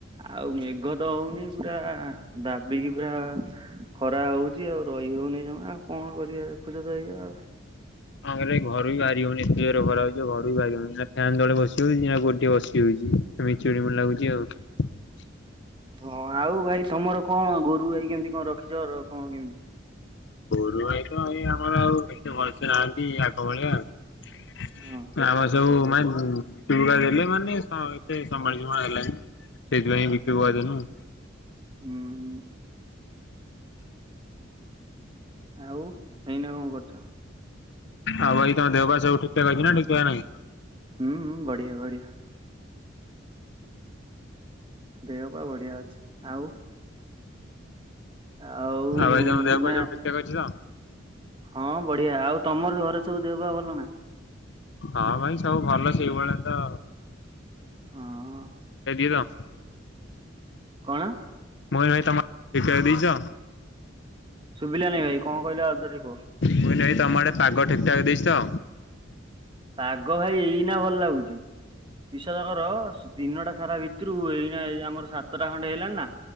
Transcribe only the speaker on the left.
ଆରେ ଘରୁ ବି ବାହାରି ହଉନି ଏତେ ଜୋରରେ ଖରା ହଉଛି ଘରୁ ବି ବାହାରି ହଉନି ନା ଫ୍ୟାନ୍ ତଳେ ବସି ହଉଛି ନା ଗୋଠେ ବସି ହଉଛି ଏମି ଚୁଡି ଫୁଡ଼ି ଲାଗୁଛି ଆଉ-
ଆ ଭାଇ ତ ଏଇ ଆମର ଆଉ ଏତେ ଭଲସେ ନାହାନ୍ତି ଆଗ ଭଳିଆ ଆଉ-
ଆମ ସବୁ- ନାଇଁ ମୁଁ ଚୁଡ଼ା ଦେଲି ମାନେ ହଁ ଏତେ ସମୟ ସୀମା ହେଲାଣି ସେଥିପାଇଁ ବିକ୍ରି
କରିଦେଲୁ ଆଉ।
ଆଉ ଭାଇ ତମ ଦେହ ପା ସବୁ ଠିକ୍ ଠାକ୍ ଅଛି ନା ଠିକ୍ ଠାକ୍ ନାଇଁ?
ଭାଇ ତମ
ଦେହ ପା ସବୁ ଠିକ୍ ଠାକ୍ ଅଛି ତ?
ହଁ ଭାଇ ସବୁ ଭଲ ସେଇଭଳିଆ ତ?
<unintelligible>
ମୋହନ ଭାଇ ତମର <unintelligible> ଦେଇଛ?
ମୁଁ କହିଲି ଭାଇ ତମ ଆଡ଼େ ପାଗ ଠିକ୍ ଠାକ୍ ଦେଇଛି ତ?